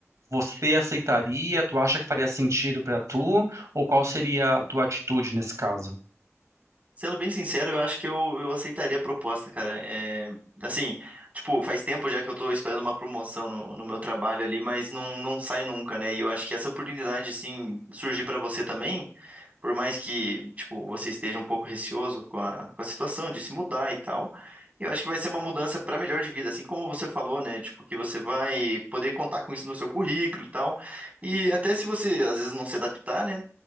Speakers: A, on the right; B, on the right.
A: você aceitaria? Tu acha que faria sentido pra tu? Ou qual seria a tua atitude nesse caso?
B: sendo bem sincero, eu acho que eu, eu aceitaria a proposta, cara. É, assim, tipo, faz tempo já que eu tô esperando uma promoção no, no meu trabalho ali, mas não, não sai nunca, né? E eu acho que essa oportunidade, assim, surgir pra você também. Por mais que, tipo, você esteja um pouco receoso com a, com a situação de se mudar e tal, eu acho que vai ser uma mudança para melhor de vida, assim como você falou, né? Tipo, que você vai poder contar com isso no seu currículo e tal. E até se você, às vezes, não se adaptar, né?